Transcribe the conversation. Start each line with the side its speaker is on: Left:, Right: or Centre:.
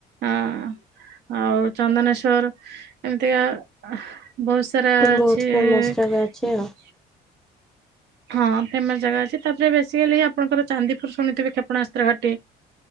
Right: ଅ ଆଉ ଚନ୍ଦନେଶ୍ଵର ଏମିତିକା ବହୁତ ସାରା
Centre: ବହୁତ
Right: ଅଛି ଏ
Centre: ଫେମସ ଜାଗା ଅଛି ଆଉ
Right: ହଁ ଫେମସ ଜାଗା ଅଛି ତାପରେ ବେଶୀ ହେଲେ ଆପଣଙ୍କର ଚାନ୍ଦିପୁର ଶୁଣିଥିବେ କ୍ଷେପଣାସ୍ତ୍ର ଘାଟି।